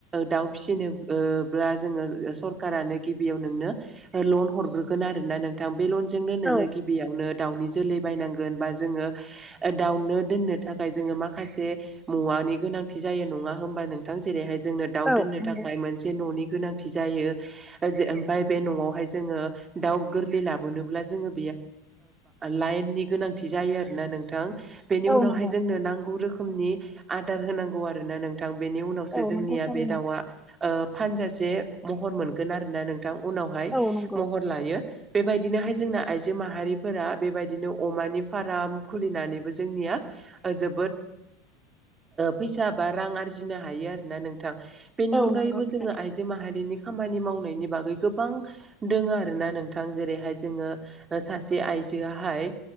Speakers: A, on the right; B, in the centre.
A: दाउ फिसिनोब्ला जोंङो सरखारारानो गिबियाव नोंनो लन हरग्रोगोन आरो नोंथां बे लनजोंनो नोंङो
B: औ
A: गिबियावनो दाउनि जोलै बायनांगोन बा जोङो दाउनो दोननो थाखाय जोंङो माखासे मुवानि गोनांथि जायो नङा होमबा नोंथां जेरैहाय जोंनो दाउ
B: औ
A: दोननो
B: नंगौ
A: थाखाय मोनसे न'नि गोनां जायो ओमफ्राय बे न'आवहाय जोङो दाउ गोरलै लाबोनोबब्ला जोङो लाइननि गोनांथि जायो आरोना नोंथां बेनि उनावहाय
B: औ नंगौ
A: जोंनो नांगौ रोखोमनि आदार होनांगौ आरोना नोंथां बेनि उनावसो
B: औ
A: जोंनिया
B: नंगौ थारैनो
A: बे दाउआ फानजासे महर मोनगोन आरोना नोंथां बिथां उनावहाय
B: औ नंगौ
A: महर लायो बेबायदिनोहाय जोंना आइजो माहारिफोरा बेबायदिनो अमानि फार्म खुलिनानै जोंनिया जोबोद फैसा बा रां आरजिनो हायो आरोना नोंथां बेनि
B: औ
A: अनगायैबो
B: नंगौ नोंथां
A: जोङो आइजो माहारिनि खामानि मावनायनि बागै गोबां दङ आरोना नोंथां जेरैहाय जोङो सासे आइ आयजोआहाय